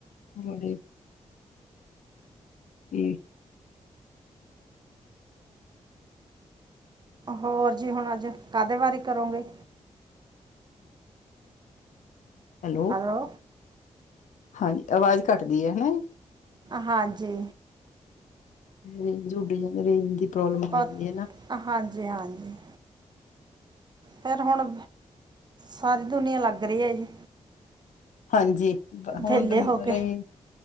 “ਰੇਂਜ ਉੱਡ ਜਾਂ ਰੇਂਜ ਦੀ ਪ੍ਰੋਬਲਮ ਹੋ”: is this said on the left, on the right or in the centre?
Left